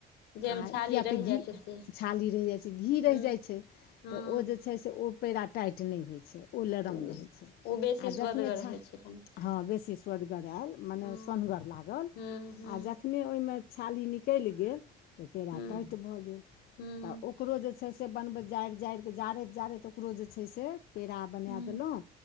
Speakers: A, on the left; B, on the left.
A: जाहिमे
B: आ
A: छाली
B: किया
A: रहि
B: तऽ घी
A: जाइ छै से
B: छाल्ही रैह जाइ छै घी रैह
A: हूँ
B: जाइत छै
A: हँ
B: तऽ ओ जे छै से ओ पेड़ा टाइट नय होइ छैय ओ लरम
A: तऽ
B: रहै छै
A: ओ बेसी
B: आ
A: स्वदगर
B: जखने छा
A: होइ छै कनि
B: हँ बेसी स्वदगर आयल मने
A: हँ
B: सोनगर लागल
A: हूँ हूँ
B: आ ज खने ओहि मऽ छाली निकैल गेल तऽ पेड़ा
A: हूँ
B: टाइट भऽ गेल
A: हूँ
B: तऽ ओकरो जे छै से बनबैत जाइर - जाइर कऽ जारैत - जारैत ओकरो जे छै से पेड़ा बना
A: हूँ
B: देलहुँ